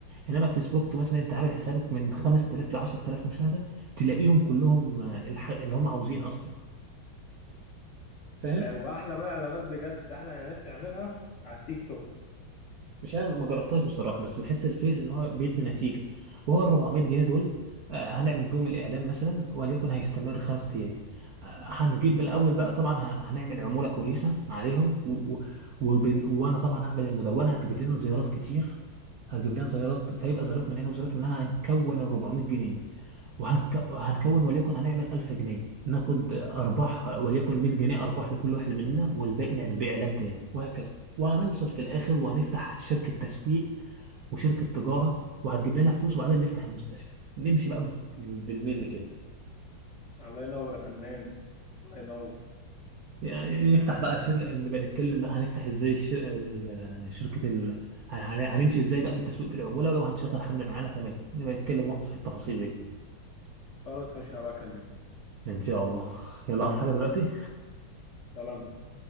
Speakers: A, on the right; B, on the left.
A: إنما فيسبوك مثلا أنت عامل حسابك من 5000 ل 10000 مشاهدة تلاقيهم كلهم آه، الح- اللي هم عاوزين أصلا فاهم
B: آه، واحلى بقى اعلانات بجد احلى اعلانات تعملها على التيك توك
A: مش عارف ما جربتهاش بصراحه بس بحس الفيس ان هو بيدي نتيجه وهو ال 400 جنيه دول آه، هنعمل بيهم الاعلان مثلا وليكن هيستمر خمس ايام آه، هنجيب الاول بقى طبعا ه- هنعمل عموله كويسه عليهم و... و... وبن... وانا طبعا هعمل المدونه هتجيب لنا زيارات كتير هتجيب لنا زيارات فيبقى زيارات من هنا وزيارات من هنا هنكون ال 400 جنيه وهنك... هنكون وليكن هنعمل 1000 جنيه ناخد ارباح وليكن 100 جنيه ارباح لكل واحد مننا والباقي نعمل بيه اعلان تاني وهكذا وهنوصل في الاخر وهنفتح شركه تسويق وشركه تجاره وهتجيب لنا فلوس وبعدين نفتح المستشفى نمشي بقى بال- بالملي كده
B: الله ينور يا فنان الله ينور
A: يعني نفتح بقى شركه نبقى نتكلم بقى هنفتح ازاي الشر- ال- شركه ال... هن- هنمشي ازاي بقى في التسويق بالعموله ولو هنشغل حد معانا تمام نبقى نتكلم ماتش في التفاصيل دي
B: خلاص مش هبقى اكلمك
A: ان شاء الله يلا اصحى حاجة دلوقتي
B: سلام